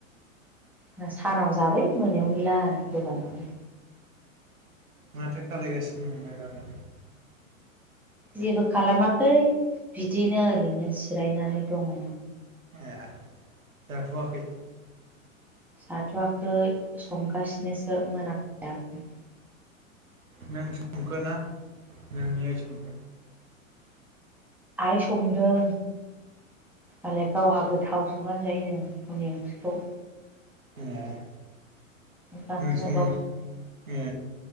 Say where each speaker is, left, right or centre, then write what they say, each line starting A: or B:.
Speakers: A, in the centre; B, on the right (about 80°).
A: ज सानाव जाबाय मोनायाव गैला आरो रबिबाराव- -
B: माथो खालायगासिनो नोंलाय दालाय?
A: जेबो खालामाखै बिदिनो ओरैनो जिरायनानै दङ।
B: ए, जाथ'वाखै?
A: जाथ'वाखै संगासिनोसो मोनाखै दाबो।
B: नों संखो ना नोंनि आइ संखो?
A: आइ संदों मालाय गावहा गोथाव संनानै जायो नो हरनि ओंख्रिखौ।
B: ए
A: लांखोना
B: नों सं
A: गावसोर
B: ए